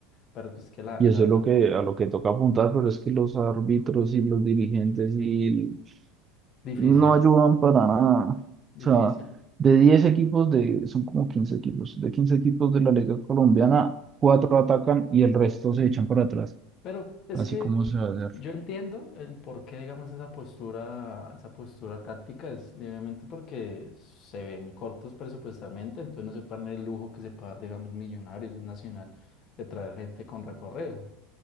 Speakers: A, on the left; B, on the right.
A: Pero pues que la,
B: Y
A: la
B: eso es
A: no,
B: lo que, a lo que toca apuntar, pero es que los árbitros y los dirigentes y el-
A: difícil,
B: no ayudan para nada. O
A: difícil.
B: sea, de 10 equipos, de, son como quince equipos, de 15 equipos de la Liga Colombiana, cuatro atacan y el resto se echan para atrás,
A: Pero es
B: así
A: que
B: como se va a hacer.
A: yo entiendo el por qué, digamos, esa postura, esa postura táctica es obviamente porque se ven cortos presupuestalmente, entonces no se pagan el lujo que se puede dar, digamos, Millonarios, un Nacional, de traer gente con recorrido.